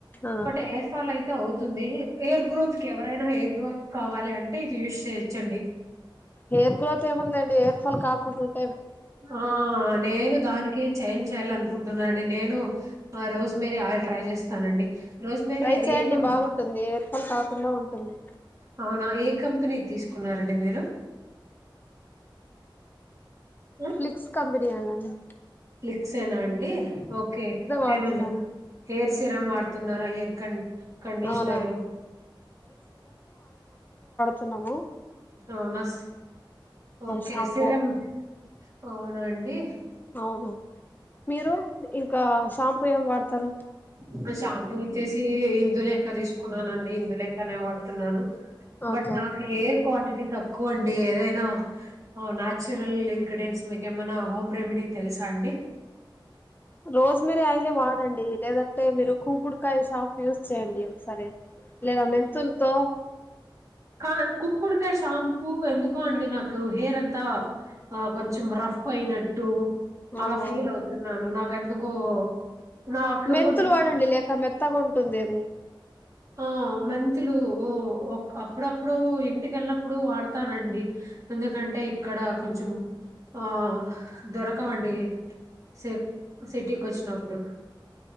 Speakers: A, on the left; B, on the right.
A: ఆ
B: బట్ హెయిర్ ఫాల్ అయితే అవుతుంది. హెయిర్ గ్రోత్ కి ఎవరైనా హెయిర్ గ్రోత్ కావాలి అంటే ఇది యూస్ చేయచ్చండి.
A: హెయిర్ గ్రోత్ ఏముందండి హెయిర్ ఫాల్ కాకుండుంట్
B: ఆ నేను దానికి చేంజ్ చేయాల అనుకుంటున్నానండి. నేను ఆ రోజ్మేరీ ఆయిల్ ట్రై చేస్తానండి. రోస్మేరీ
A: ట్రై చేయండి
B: ఏ కం
A: బాగుంటుంది. ఎయిర్పాల్ కాక్ కుళ్ళ ఉంటుంది.
B: అవునా ఏ కంపెనీద్ తీసుకున్నారండి. మీరు ఆ
A: ఫ్లిక్స్ కంపెన్ చేయాలండీ
B: ఫ్లిక్సేనా అండ్ డి ఓకే
A: వాడుతున్నాను
B: ఏమన్నా హెయిర్ సిరమ్ వాడుతున్నారా? హెయిర్ కన్ కండిష్నరూ.
A: అవునా తున్నాము
B: అవునాస్ ఓకే
A: షాంపూ
B: సిరమ్ అవునండి
A: అవును మీరు ఇంకా షాంపూ ఏం వాడతారు
B: మా షాంపూ వచ్చేసి హిందులేక తీస్ కున్ననండి ఇందులేకనే వాడుతున్నాను. బట్
A: ఓకే
B: నాకు హెయిర్ క్వంటిటీ తక్ కోండి ఏదైనా ఆ నా చురల్ ఇంక్రీడెంట్స్ మీకేమన్నా. హోమ్ రెమెడీ తెలుసా అండి.
A: రోస్ మేరి ఆయిలే వాడండి లేదంటే మీరు కుంకుడుకాయ షాప్ యూస్ చేయండి ఒకసారి లేదా మెంతుల్తో
B: ఆ కుంకుడి కాయి షాంపూ ఎందుకో అండి నాకు హెయిర్ అంతా కొంచెం రఫ్ అయినట్టు అలా
A: అవునవును
B: ఫీల్ అవుతున్నాను నాకెందుకో నాకు
A: మెంతులు
B: కొంచెం
A: వాడండి లేక మెత్తగా ఉంటుంది అది
B: ఆ మెంతులు ఊ ఒ అప్పుడప్పుడు ఇంటికెళ్ళినప్పుడు వాడతానండి ఎందుకంటే ఇక్కడ కొంచెం ఆ దొరకవండి సి సిటీకొచ్చినప్పుడు